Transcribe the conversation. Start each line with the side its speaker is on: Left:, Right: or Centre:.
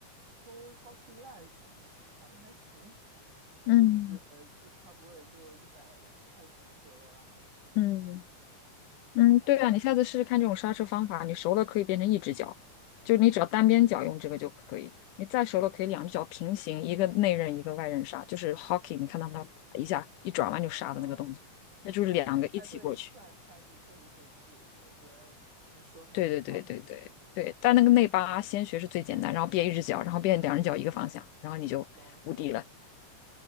Right: Pro Hockey Life 买的，感觉还行，
Left: 嗯
Right: 就是就差不多也就一百块钱左右，然后就买了这个
Left: 嗯。嗯，
Right: 然后感觉，
Left: 对啊，你下次试试看这种刹车方法，你熟了可以变成一只脚，
Right: 嗯，
Left: 就你只要单边脚用这个就可以。你再熟了可以两只脚平行，一个内刃一个外刃刹，就是 hockey，你看到那啪一下一转弯就刹的那个动作，
Right: 哦、
Left: 那就是两个一起过去。
Right: 哎对，哎对，下下次确实可以试一试，我觉得你说还挺好的，
Left: 对对对对对对，
Right: 嗯嗯，
Left: 但那个内八先学是最简单，然后变一只脚，然后变两只脚一个方向，然后你就无敌了。
Right: 行行